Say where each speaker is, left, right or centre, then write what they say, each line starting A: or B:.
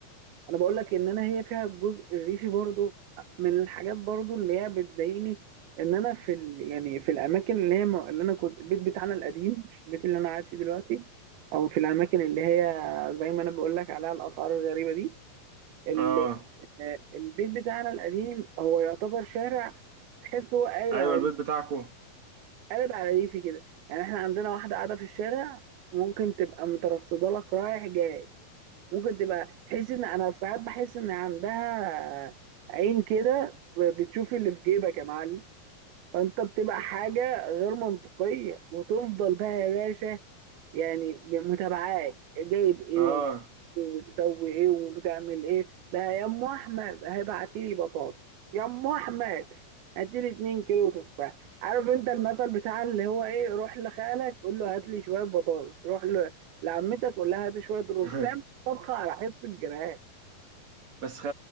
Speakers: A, on the right; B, on the right.
A: أنا بقول لك إن أنا هي فيها الجزء الريفي برضو من الحاجات برضو اللي هي بتضايقني إن أنا في ال... يعني في الأماكن اللي هي م- اللي أنا كنت البيت بتاعنا القديم مش البيت اللي أنا قاعد فيه دلوقتي أو في الأماكن اللي هي زي ما أنا بقول لك عليها الأسعار الغريبة دي ال...
B: اه
A: البيت بتاعنا القديم هو يعتبر شارع تحسه هو قالب
B: ايوه البيت بتاعكو
A: قلب على ريفي كده يعني احنا عندنا واحدة قاعدة في الشارع ممكن تبقى مترصدة لك رايح جاي ممكن تبقى تحس ان انا ساعات بحس ان عندها عين كده بتشوف اللي في جيبك يا معلم فانت بتبقى حاجة غير منطقية وتفضل بقى يا باشا يعني متابعاك جايب ايه
B: اه
A: وتسوي ايه وبتعمل ايه لا يا ام احمد هيبعتي لي بطاطس يا ام احمد هاتي لي 2 كيلو تفاح عارف انت المثل بتاع اللي هو ايه روح لخالك قول له هات لي شويه بطاطس روح ل... لعمتك قول لها هات شويه رز
B: <laughs>
A: تعمل طبخه على حس الجيران
B: بس خ...